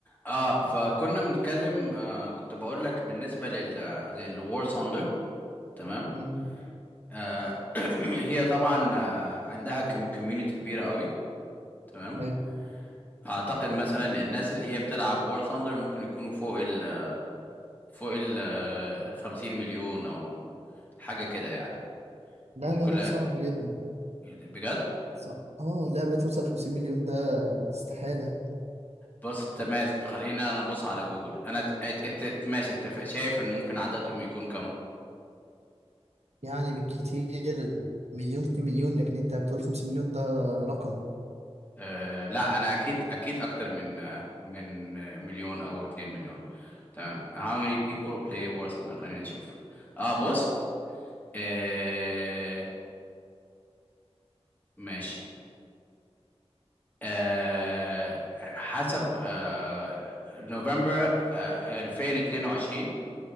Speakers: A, on the left; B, on the right.
A: اه فكنا بنتكلم آه كنت بقول لك بالنسبه لل للوار ثاندر تمام
B: مم.
A: آه <clears throat> هي طبعا آه عندها كوميونتي كبيره قوي تمام
B: ايوه
A: اعتقد مثلا الناس اللي هي بتلعب وار ثاندر ممكن يكونوا فوق ال فوق ال آه، 50 مليون او حاجه كده يعني
B: لا
A: من
B: لا
A: كل
B: لا صعب جدا
A: بجد
B: صعب. اه لعبة توصل 50 مليون ده استحالة يعني
A: بص تمام خلينا انا ابص على جوجل انا ت- ات- ات- ات- ماشي انت ف- شايف ان ممكن عددهم يكون كم
B: يعني بالكتير مليون 2 مليون لكن انت بتقول 50 مليون ده رقم
A: أه لا انا اكيد اكيد اكتر من آه، من آه، مليون او اتنين مليون تمام how many people play Warzone خلينا نشوف اه بص أه ماشي أه حسب أه نوفمبر أه 2022